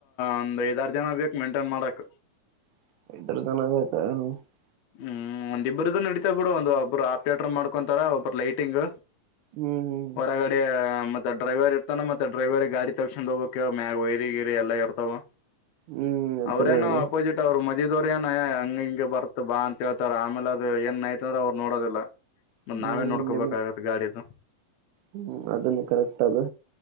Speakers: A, on the left; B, on the right.
A: ಒಂದ್ ಐದಾರು ಜನ ಬೇಕು ಮೇಂಟೈನ್ ಮಾಡಕ್
B: <unintelligible>
A: ಹ್ಮ್ ಒಂದಿಬ್ಬರುದುು ನಡಿತಾ ಬಿಡು ಒಂದ್ ಒಬ್ಬರು ಆಪ್ರೇಟರ್ ಮಾಡ್ಕೊಂತಾರ ಒಬ್ಬ್ರ ಲೈಟಿಂಗ್
B: ಹ್ಮ್ ಹ್ಮ್
A: ಹೊರಗಡೆ ಮತ್ತೆ ಡ್ರೈವರ್ ಇರ್ತಾನ ಮತ್ತೆಡ್ರೈವರ್ ಗಾಡಿ ತಗಸೊಂಡ್ ಹೋಗ್ಬೇಕವ ಮ್ಯಾಗ ವೈರಿ ಗಿರಿ ಎಲ್ಲ ಇರ್ತವ
B: ಹ್ಮ್ ಅತರ
A: ಅವ್ರೇನು
B: ಅದ
A: ಅಪೋಸಿಟ್ ಅವ್ರು ಮಜೀದ್ವ್ರ ಏನಯ ಹಂಗ ಹಿಂಗ ಬರ್ತ ಬಾ ಅಂತ ಹೇಳ್ತಾರ ಆಮೇಲೆ ಅದು ಏನ್ ಯ್ತ ಅಂದ್ರ ಅವ್ರು ನೋಡೋದಿಲ್ಲ ಮತ್ತತ್
B: ಹ್ಮ್
A: ನಾವೇ ನೋಡ್ಕೋಬೇಕಾಗತ್ ಗಾಡಿದು
B: ಹ್ಮ್ ಅದನ್ನು ಕರೆಕ್ಟ್ ಅದು